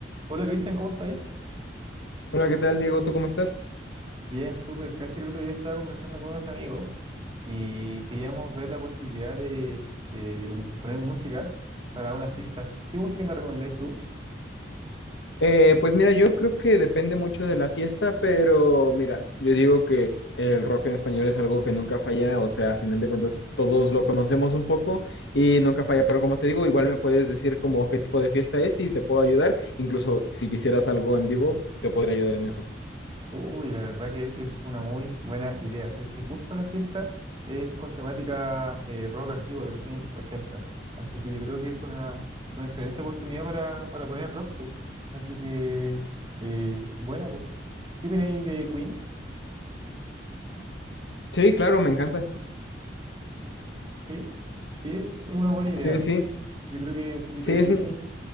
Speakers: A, on the right; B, on the left.
A: Hola Cristian, ¿cómo estáis?
B: Hola, ¿qué tal, Diego? ¿Tú cómo estás?
A: Bien, súper. Caché que el otro día estaba conversando con unos amigos y queríamos ver la posibilidad de, de uni- poner música para una fiesta. ¿Qué música me recomendáis tú?
B: Eh, pues mira, yo creo que depende mucho de la fiesta, pero mira, yo digo que el rock en español es algo que nunca falla, o sea, a final de cuentas todos lo conocemos un poco y nunca falla, pero como te digo, igual me puedes decir como qué tipo de fiesta es y te puedo ayudar, incluso si quisieras algo en vivo, te podría ayudar en eso.
A: Uy, la verdad que es una muy buena idea. Sabéis que justo la fiesta es con temática eh, rock antiguo de los años ochenta, Así que yo creo que es una, una excelente oportunidad para, para poner rock. po. Así que, eh, buena, po. ¿Qué opináis de Queen?
B: Sí, claro, me encanta.
A: Sí, sí, es una buena idea.
B: Sí, sí,
A: Yo creo que un poquito
B: sí,
A: de
B: es
A: Queen,
B: un...